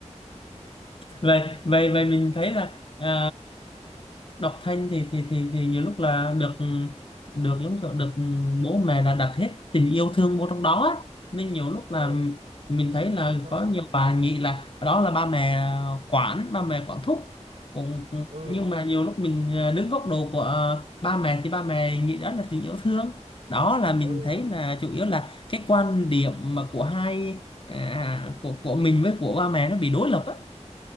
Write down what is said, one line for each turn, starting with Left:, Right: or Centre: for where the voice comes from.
Left: vậy vậy vậy mình thấy là à, đọc thanh thì thì thì thì nhiều lúc là được được giống kiểu được bố mẹ là đặt hết tình yêu thương vô trong đó á. nên nhiều lúc là
Right: ừ
Left: mình thấy là
Right: kiểm soát
Left: có
Right: quá
Left: nhiều bà nghĩ là đó là ba mẹ quản ba mẹ quản thúc cũng
Right: ừ
Left: nhưng mà nhiều lúc mình à, đứng góc độ của à, ba mẹ thì ba mẹ nghĩ đó là tình yêu thương đó là mình
Right: ừ
Left: thấy là chủ yếu là cái quan điểm mà của hai à, của của mình với của ba mẹ nó bị đối lập á